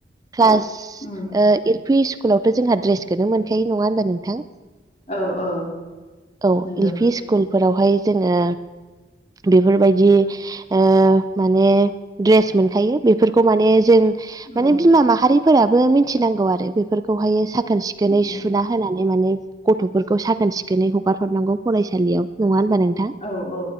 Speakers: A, on the right; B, on the left.
A: क्लास
B: उम
A: ओ एल पि स्कुलावथ' जोंहा दड्रेसखौनो मोनखायो नंङा होनबा नोंथां?
B: औ औ
A: औ
B: नंगौ
A: एल पि स्कुलफोरावहाय जोंङो बेफोरबायदि ओ माने दड्रेस मोनखायो बेफोरखौ माने जों
B: उम
A: माने बिमा माहारिफोराबो मिथिनांगौ आरो बेफोरखौहायो साखोन सिखोनै
B: उम
A: सुना होनानै माने गथ'फोरखौ साखोन सिखोनै हगार हरनांगौ फरायसालियाव नंङा होनबा नों
B: औ औ